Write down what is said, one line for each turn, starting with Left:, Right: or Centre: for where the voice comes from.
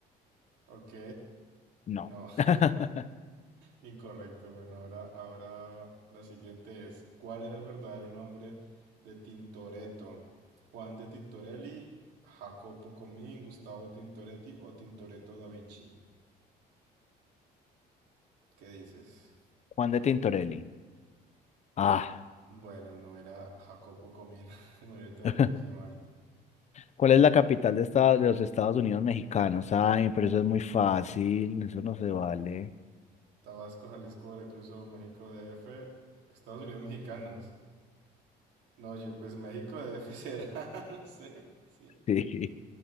Right: ok.
Left: No.
Right: No, <laughs>
Left: <laughs>
Right: incorrecto. Bueno, ahora, ahora la siguiente es, ¿cuál era el verdadero nombre de Tintoretto? Juan de Tintorelli, Jacopo Comín, Gustavo Tintoretti o Tintoretto da Vinci. ¿Qué dices?
Left: Juan de Tintorelli. Ah,
Right: Bueno, no era Jacopo Comín. <laughs> Bueno, ahorita me
Left: <laughs>
Right: lo puse mal.
Left: ¿cuál es la capital de, esta- de los Estados Unidos mexicanos? Ay, pero eso es muy fácil, eso no se vale.
Right: Tabasco, Jalisco, Veracruz o México DF, Estados Unidos mexicanos. No, yo, pues México DF será, <laughs> no sé, sí.
Left: <laughs> Sí,